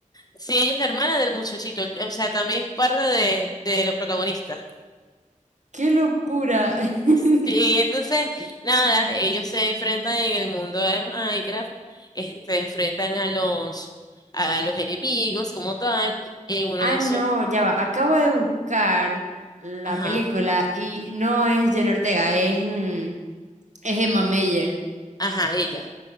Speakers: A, on the left; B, on the right.
A: sí, ella es la hermana del muchachito, el- o sea, también es parte de, de los protagonistas.
B: <laughs> ¡Qué locura! <laughs>
A: Sí, entonces, nada, ellos se enfrentan en el mundo de Minecraft, eh, se enfrentan a los, a los enemigos como tal, en uno
B: Ah,
A: de esos,
B: no, ya va. Acabo de buscar la
A: ajá,
B: película y no es Jenna Ortega, es, mm, es Emma Mayer.
A: ajá, ella.